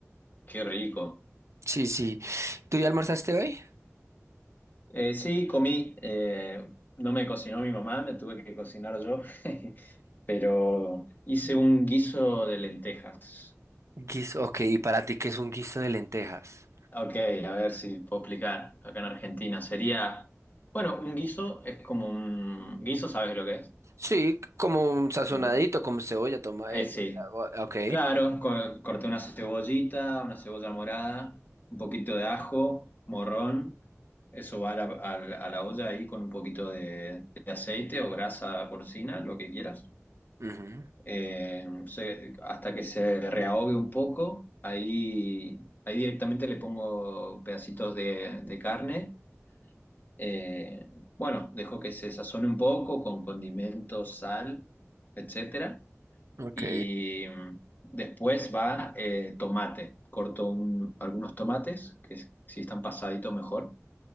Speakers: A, on the left; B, on the right.
A: qué rico.
B: Sí, sí. ¿Tú ya almorzaste hoy?
A: Eh, sí, comí. eh, no me cocinó mi mamá, me tuve que cocinar yo. <laughs> Pero hice un guiso de lentejas.
B: Guiso, ok, ¿y para ti qué es un guiso de lentejas?
A: Ok, a ver si puedo explicar. Acá en Argentina sería, bueno, un guiso es como un guiso, ¿sabes lo que es?
B: Sí, como un sazonadito,
A: Como un-
B: como cebolla, toma,
A: eh,
B: eh,
A: sí,
B: eh, ok.
A: claro, co- corté una cebollita, una cebolla morada, un poquito de ajo, morrón, eso va a la, a la- a la olla ahí con un poquito de, de aceite o grasa porcina, lo que quieras,
B: Ujú,
A: Eh, se- hasta que se reahogue un poco, ahí, ahí directamente le pongo pedacitos de de carne. Eh, bueno, dejo que se sazone un poco con condimentos, sal, etcétera.
B: Ok,
A: Y mm, después va eh, tomate. Corto un- algunos tomates, que s- si están pasaditos mejor.